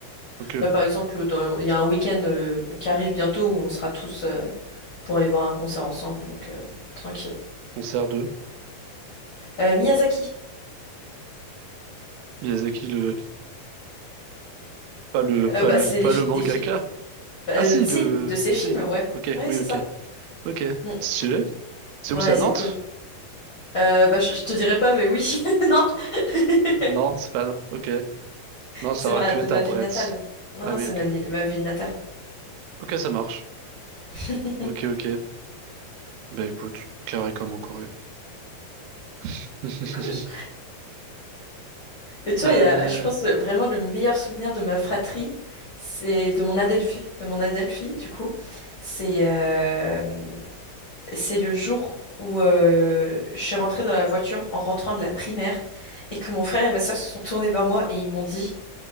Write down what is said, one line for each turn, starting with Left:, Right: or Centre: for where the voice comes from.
Right: Ok,
Left: Là, par exemple, dans- il y a un week-end euh, qui arrive bientôt où on sera tous euh, pour aller voir un concert ensemble, donc euh, tranquille.
Right: on sert d'eux.
Left: Euh, Miyazaki,
Right: Miyazaki, le... Pas le... Pas
Left: Euh, bah,
Right: le...
Left: c'est
Right: Pas
Left: les fi-
Right: le mangaka.
Left: des films, bah,
Right: Ah
Left: euh,
Right: si,
Left: tu sais,
Right: le...
Left: de ses
Right: Si.
Left: films, ouais.
Right: Ok,
Left: Ouais,
Right: oui,
Left: c'est
Right: ok.
Left: ça.
Right: Ok.
Left: Mm.
Right: Stylé. C'est
Left: mm.
Right: où,
Left: Ouais,
Right: c'est à
Left: c'est
Right: Nantes?
Left: cool. Euh, bah, je, je te dirai pas, mais oui, <laughs> non. <laughs>
Right: Non, c'est pas à Nantes. Ok. Non,
Left: C'est
Right: ça
Left: ma,
Right: aurait pu
Left: de
Right: être
Left: ma
Right: à Brest.
Left: ville natale. Non,
Right: Ah
Left: non,
Right: oui,
Left: c'est
Right: ok.
Left: ma, ni- ma ville natale.
Right: Ok, ça marche.
Left: <laughs>
Right: Ok, ok. Bah écoute, carré comme au Corée. <laughs>
Left: Couche. Et tu
Right: Euh,
Left: vois, il y a, je pense euh, vraiment le meilleur souvenir de ma fratrie, c'est de mon Adelphi, de mon Adelphi, du coup. C'est euh, c'est le jour où euh, je suis rentrée dans la voiture en rentrant de la primaire et que mon frère et ma sœur se sont tournés vers moi et ils m'ont dit,